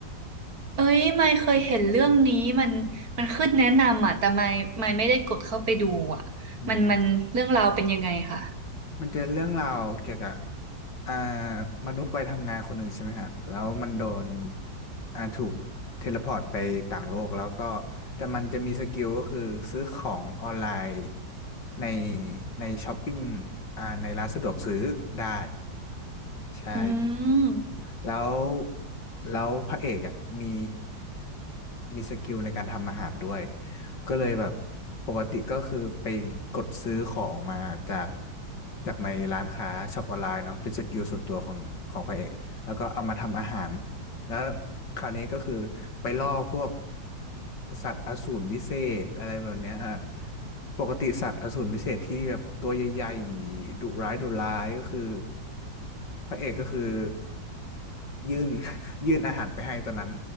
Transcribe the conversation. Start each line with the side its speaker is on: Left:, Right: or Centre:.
Right: เอ้ยไม่เคยเห็นเรื่องนี้มันมันขึ้นแนะนำอ่ะแต่ไม่ไม่ไม่ได้กดเข้าไปดูอ่ะมันมันเรื่องราวเป็นยังไงค่ะ
Left: อืมมันจะเรื่องราวเกี่ยวกับอ่ามนุษย์วัยทำงานคนหนึ่งใช่ไหมครับแล้วมันโดนอ่าถูกเทเลพอร์ตไปต่างโลกแล้วก็ แต่มันจะมีสกิลก็คือซื้อของออนไลน์ในในช้อปปิ้งอ่าในร้านสะดวกซื้อได้ ใช่
Right: อืม
Left: แล้วแล้วพระเอกอ่ะมีมีสกิลในการทำอาหารด้วยก็เลยแบบปกติก็คือไปกดซื้อของมาจากจากในร้านค้าช็อปออนไลน์เนาะเป็นสกิลส่วนตัวของของพระเอกแล้วก็เอามาทำอาหาร แล้วคราวนี้ก็คือไปล่อพวกสัตว์อสูรวิเศษอะไรแบบเนี้ยฮะปกติสัตว์อสูรวิเศษที่แบบตัวใหญ่ๆดุร้ายดุร้ายก็คือพระเอกก็คือยื่น <laughs> ยื่นอาหารไปให้ตอนนั้น